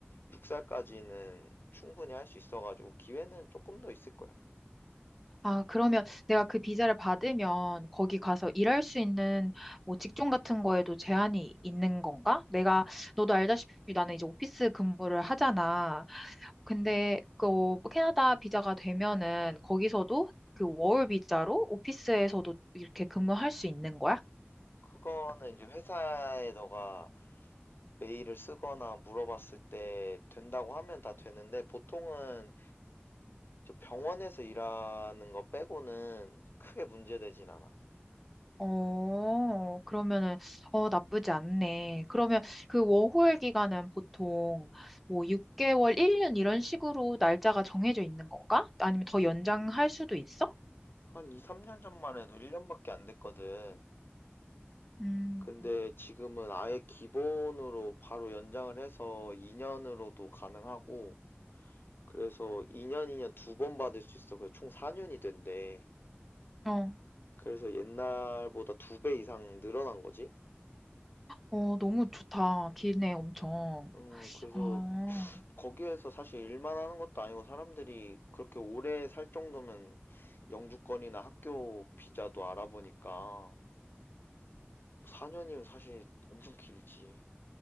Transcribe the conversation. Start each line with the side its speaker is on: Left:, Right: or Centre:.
Left: 6살까지는 충분히 할 수 있어가지고 기회는 조금 더 있을 거야.
Centre: 아, 그러면 내가 그 비자를 받으면 거기 가서 일할 수 있는 뭐 직종 같은 거에도 제한이 있는 건가? 내가, 너도 알다시피 나는 이제 오피스 근무를 하잖아. 근데 그 어, 캐나다 비자가 되면은 거기서도 그 워홀 비자로 오피스에서도 이렇게 근무할 수 있는 거야?
Left: 그거는 이제 회사에 너가 메일을 쓰거나 물어봤을 때 된다고 하면 다 되는데 보통은 저 병원에서 일하는 거 빼고는 크게 문제되진 않아.
Centre: 어, 그러면은, 어, 나쁘지 않네. 그러면 그 워홀 기간은 보통 뭐 6개월, 1년 이런 식으로 날짜가 정해져 있는 건가? 아니면 더 연장할 수도 있어?
Left: 한 2, 3년 전만 해도 1년밖에 안 됐거든.
Centre: 음,
Left: 근데 지금은 아예 기본으로 바로 연장을 해서 2년으로도 가능하고, 그래서 2년, 2년 두 번 받을 수 있어. 그래서 총 4년이 된대.
Centre: 어,
Left: 그래서 옛날보다 두 배 이상 늘어난 거지?
Centre: 어, 너무 좋다. 기네, 엄청.
Left: 음, 그래서
Centre: 아.
Left: 거기에서 사실 일만 하는 것도 아니고 사람들이 그렇게 오래 살 정도면 영주권이나 학교 비자도 알아보니까 4년이면 사실 엄청 길지.